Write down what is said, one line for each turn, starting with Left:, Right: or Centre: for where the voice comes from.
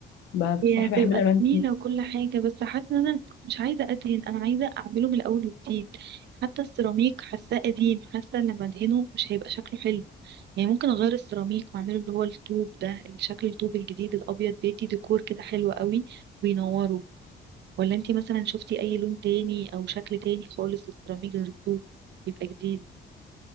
Left: ب-
Right: هي
Left: بصراحة
Right: هتبقى
Left: بحب الألوان
Right: جميلة وكل حاجة بس حاسة ان انا مش عايزة ادهن انا عايزة اعمله من الاول وجديد حتى السيراميك حاساه قديم حاسة ان لما ادهنه مش هيبقى شكله حلو يعني ممكن اغير السيراميك واعمله اللي هو الطوب ده شكل الطوب الجديد الابيض بيدي ديكور كده حلو قوي وينوره ولا انتي مثلا شفتي اي لون تاني او شكل تاني خالص للسيراميك غير الطوب يبقى جديد